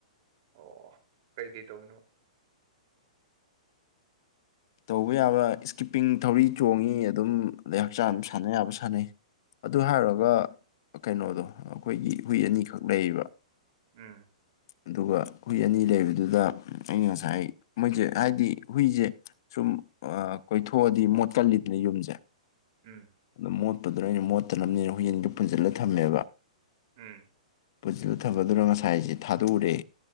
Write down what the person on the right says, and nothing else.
ꯑꯣ ꯀꯩꯀꯩ ꯇꯧꯔꯤꯅꯣ
ꯑꯣ
ꯎꯝ
ꯎꯝ
ꯎꯝ